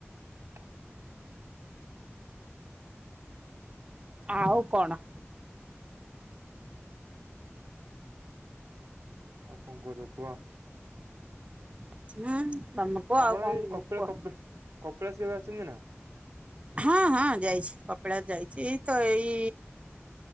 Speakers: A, on the right; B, on the right.
A: <inaudible>
B: ଆଉ କଣ?
A: ଆଉ କଣ କହୁଚ କୁହ।
B: <unintelligible>
A: ଆପଣ
B: ଆଉ କଣ
A: ଏଇ କପିଳ
B: କୁହ?
A: କପିଳାସ କେବେ ଅଛନ୍ତି ନା।
B: ହଁ ହଁ ଯାଇଛି କପିଳାସ ଯାଇଛି ଏଇ ତ ଏଇ